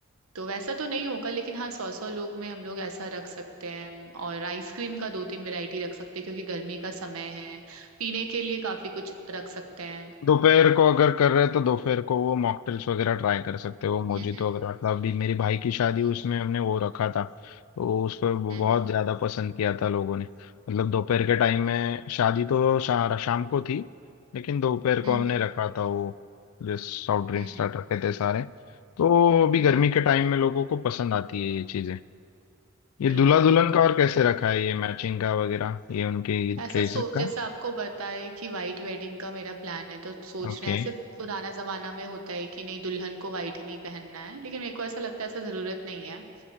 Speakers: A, on the right; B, on the left.
A: तो वैसा तो नहीं होगा लेकिन हाँ सौ सौ लोग में हम लोग ऐसा रख सकते हैं और आइसक्रीम का दो तीन वैरायटी रख सकते हैं क्योंकि गर्मी का समय है पीने के लिए काफी कुछ रख सकते हैं
B: दोपहर को अगर कर रहे हैं तो दोपहर को वो मॉकटेल्स वगैरह ट्राई कर सकते हो मोजितो
A: हम्म
B: अगर मतलब अभी मेरे भाई की शादी हुई,
A: हम्म
B: उसमें हमने वो रखा था तो उसको
A: हम्म
B: बहुत ज्यादा पसंद किया था लोगों ने मतलब दोपहर के टाइम में शादी तो शा, शाम को थी लेकिन दोपहर को
A: हम्म
B: हमने
A: हम्म
B: रखा था वो जो सॉफ्ट ड्रिंक्स
A: हम्म, हम्म,
B: रखे थे सारे तो अभी
A: हम्म,
B: गर्मी के टाइम में लोगों को पसंद आती है ये चीजें ये दूल्हा
A: बिल्कुल
B: दुल्हन
A: बिल्कुल
B: का और कैसे रखा है ये मैचिंग का वगैरह ये उनकी ड्रेसेस
A: ऐसा सोच
B: का
A: जैसे आपको बताए कि वाइट वेडिंग का मेरा प्लान है तो सोच
B: ओके
A: रहे हैं ऐसे पुराना जमाना में होता है कि नहीं दुल्हन को वाइट नहीं पहनना है लेकिन मेरे को ऐसा लगता है ऐसा जरूरत नहीं है